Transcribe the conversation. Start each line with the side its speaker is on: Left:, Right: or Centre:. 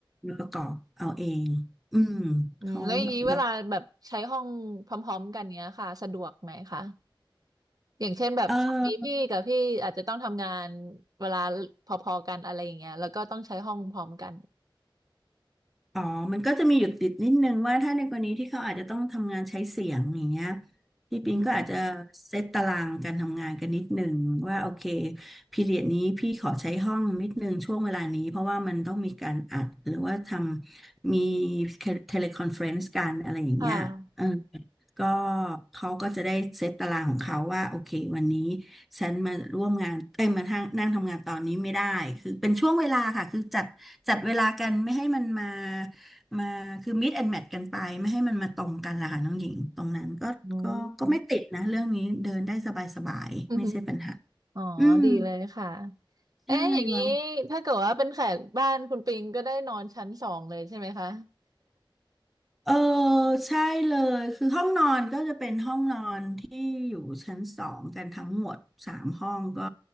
Centre: มาประกอบเอาเองอืม
Right: อืมแล้วอย่างนี้เวลาแบบใช้ห้องพร้อมๆกันเนี้ยค่ะสะดวกไหมคะ
Centre: เขาแบบนับ
Right: อย่างเช่นแบบสามีพี่กับพี่อาจจะต้องทำงาน
Centre: เออ
Right: เวลาพอๆกันอะไรอย่างเงี้ยแล้วก็ต้องใช้ห้องพร้อมกัน
Centre: อ๋อมันก็จะมีหยุดติดนิดนึงว่าถ้าในกรณีที่เขาอาจจะต้องทำงานใช้เสียงอย่างเงี้ยพี่ปิงก็อาจจะ
Right: อืม
Centre: เซตตารางการทำงานกันนิดนึงว่าโอเคพีเรียดนี้พี่ขอใช้ห้องนิดนึงช่วงเวลานี้เพราะว่ามันต้องมีการอัดหรือว่าทำมีเทเลคอนเฟรนซ์กันอะไรอย่างเงี้ยเออ
Right: ค่ะ
Centre: ก็เขาก็จะได้เซตตารางของเขาว่าโอเควันนี้ ฉันมาร่วมงานเอ้ยมาทางนั่งทำงานตอนนี้ไม่ได้คือเป็นช่วงเวลาค่ะคือจัดจัดเวลากันไม่ให้มันมามาคือ meet and match กันไปไม่ให้มันมาตรงกันล่ะค่ะน้องหญิงตรงนั้นก็ก็ก็ไม่ติดนะเรื่องนี้เดินได้สบายๆไม่ใช่ปัญหา
Right: อืมอืมอ๋อดีเลยค่ะ
Centre: อืมใช่วัง
Right: เอ๊ะอย่างนี้ถ้าเกิดว่าเป็นแขกบ้านคุณปิงก็ได้นอนชั้นสองเลยใช่ไหมคะ
Centre: เออใช่เลยคือห้องนอนก็จะเป็นห้องนอนที่อยู่ชั้นสองกันทั้งหมดสามห้องก็